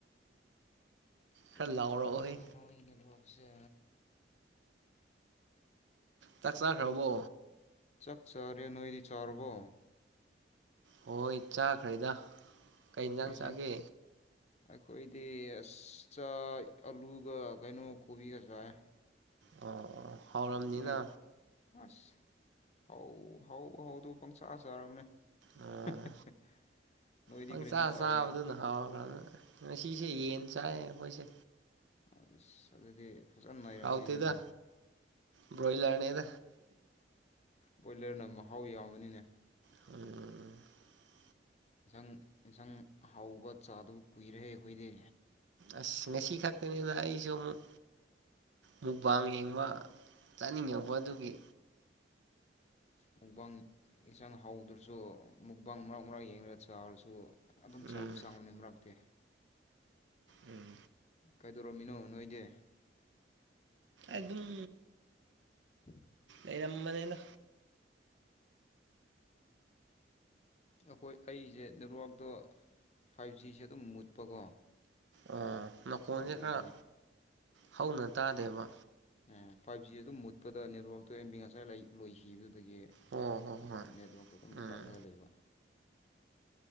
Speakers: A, on the left; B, on the right.
A: ꯀꯔꯤꯔꯤ
B: ꯈꯔ ꯂꯥꯎꯔꯛꯑꯣꯍꯦ
A: ꯇꯣ ꯐꯖ ꯅꯗ ꯄꯁꯦ
B: ꯆꯥꯛ ꯆꯥꯈ꯭ꯔꯕꯣ
A: ꯆꯛꯆꯔꯦ ꯅꯣꯏꯗꯤ ꯆꯥꯔꯕꯣ
B: ꯍꯣꯏ ꯆꯥꯈ꯭ꯔꯦꯗ ꯀꯩ ꯌꯦꯟꯖꯥꯡ
A: ꯀꯔꯤ ꯏꯟꯁꯥꯡ
B: ꯆꯥꯒꯦ
A: ꯑꯩꯈꯣꯏꯗꯤ ꯑꯁ ꯆ ꯑꯂꯨꯒ ꯀꯩꯅꯣ ꯀꯣꯕꯤꯒ ꯆꯥꯏ
B: ꯑꯣ ꯑꯣ ꯍꯥꯎꯔꯝꯅꯤꯅ
A: ꯅꯣꯏ ꯑꯁ ꯍꯥꯎ ꯍꯥꯎ ꯍꯧ ꯄ ꯆꯥꯁ ꯍꯔꯅꯦ <unintelligible>
B: ꯑꯣ
A: ꯅꯣꯏꯗꯤ
B: ꯄꯪꯆꯥ
A: ꯀꯔꯤ ꯏꯟꯁꯥꯡ ꯆꯥꯒꯦ
B: ꯆꯥꯕꯗꯨꯅ ꯍꯥꯎꯕ꯭ꯔꯅ ꯉꯁꯤꯁꯦ
A: ꯑꯗ
B: ꯌꯦꯟ ꯆꯥꯏ ꯑꯩꯈꯣꯏꯁꯦ
A: ꯑꯁ ꯑꯗꯨꯗꯤ ꯐꯖꯅ ꯂꯩꯔꯕꯝꯅꯤ
B: ꯍꯥꯎꯇꯦꯗ
A: ꯑꯗꯨꯅ
B: ꯕ꯭ꯔꯣꯏꯂꯔꯅꯦꯗ
A: ꯕꯣꯏꯂꯔꯅ ꯃꯍꯥꯎ ꯌꯥꯎꯕꯅꯤꯅꯦ
B: ꯎꯝ
A: ꯏꯟꯁꯪ ꯑꯦꯟꯁꯥꯡ ꯍꯥꯎꯕ ꯆꯥꯗꯕ ꯀꯨꯏꯔꯦ ꯑꯩꯈꯣꯏꯗꯤ
B: ꯑꯁ ꯉꯁꯤ ꯈꯛꯇꯅꯤꯗ ꯑꯩꯁꯨ ꯑꯃꯨꯛ ꯃꯨꯛꯕꯥꯡ ꯌꯦꯡꯕ ꯆꯠꯅꯤꯡꯉꯧꯕ ꯑꯗꯨꯒꯤ
A: ꯃꯨꯛꯕꯥꯟ ꯏꯟꯁꯥꯡ ꯍꯧꯗ꯭ꯔꯁꯨ ꯃꯨꯛꯕꯥꯡ ꯃꯔꯥꯛ ꯃꯔꯥꯛ ꯌꯦꯡꯒ ꯆꯥꯔꯁꯨ ꯑꯗꯨꯝ
B: ꯎꯝ
A: ꯆꯥꯕ ꯆꯥꯡ ꯑꯃꯅꯤ ꯃꯔꯛꯇꯦ
B: ꯎꯝ
A: ꯀꯥꯏꯗꯧꯔꯝꯃꯤꯅꯣ ꯅꯣꯏꯗꯤ
B: ꯑꯗꯨꯝ
A: <unintelligible>
B: ꯑꯩꯔꯃꯅꯦꯅ
A: ꯑꯩꯈꯣꯏ ꯑꯩꯁꯦ ꯅꯦꯠꯋꯥꯛꯇꯣ ꯐꯥꯏꯚ ꯖꯤꯁꯦ ꯑꯗꯨꯝ ꯃꯨꯠꯄꯀꯣ
B: ꯑꯣ ꯅꯀꯣꯟꯁꯦ
A: ꯑꯗꯨꯒꯤꯅꯤ
B: ꯈꯔ ꯍꯧꯅ ꯇꯥꯗꯦꯕ
A: ꯑꯦ ꯐꯥꯏꯚ ꯖꯤ ꯑꯗꯨꯝ ꯃꯨꯠꯄꯗ ꯅꯦꯠꯋꯥꯛꯇꯣ ꯑꯦꯝꯕꯤ ꯉꯁꯥꯏ ꯂꯣꯏꯈꯤꯕꯗꯨꯗ ꯑꯗꯒꯤ
B: ꯑꯣ ꯍꯣꯏ ꯍꯣꯏ
A: ꯑꯗꯨꯝ ꯅꯦꯠꯋꯥꯛꯇ ꯑꯗꯨꯝ
B: ꯎꯝ
A: ꯇꯠꯂꯒ ꯂꯩꯕ